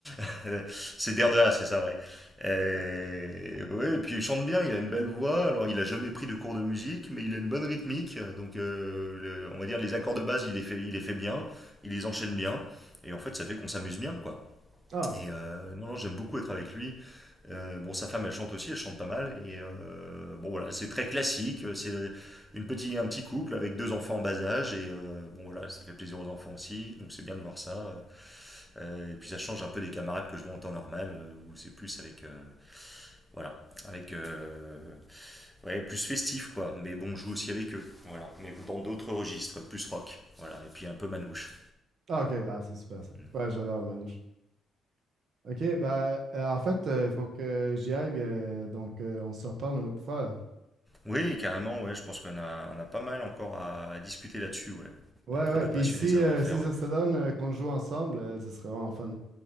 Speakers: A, in the centre; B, on the right.
A: <laughs> c'est Deandra, c'est ça, ouais. Euh, ouais, et puis il chante bien, il a une belle voix. Alors il a jamais pris de cours de musique, mais il a une bonne rythmique. Donc euh, le- on va dire les accords de base, il les fait, il les fait bien, il les enchaîne bien. Et en fait, ça fait qu'on s'amuse bien, quoi.
B: Ah,
A: Et euh, non, non, j'aime beaucoup être avec lui. Euh, bon, sa femme, elle chante aussi, elle chante pas mal. Et euh, bon, voilà, c'est très classique. C'est une petite, un petit couple avec deux enfants en bas âge. Et euh, bon, voilà, ça fait plaisir aux enfants aussi. Donc, c'est bien de voir ça. Euh, et puis, ça change un peu des camarades que je vois en temps normal, euh, où c'est plus avec. euh, voilà, avec. euh, ouais, plus festif, quoi. Mais bon, je joue aussi avec eux. Voilà, mais dans d'autres registres, plus rock. Voilà, et puis un peu manouche.
B: Ah, ok. Ah, c'est super ça.
A: Mm.
B: Ouais, j'adore le manouche. Ok, bah, euh, en fait, il faut que j'y aille. euh, donc, euh, on se reparle une autre fois.
A: Oui, carrément, ouais, je pense qu'on a, on a pas mal encore à, à discuter là-dessus, ouais.
B: Ouais,
A: Entre
B: ouais.
A: deux
B: Puis
A: passionnés,
B: si,
A: ça
B: euh,
A: devrait le faire,
B: si ça
A: ouais.
B: se donne euh, qu'on joue ensemble, euh, ce serait vraiment fun.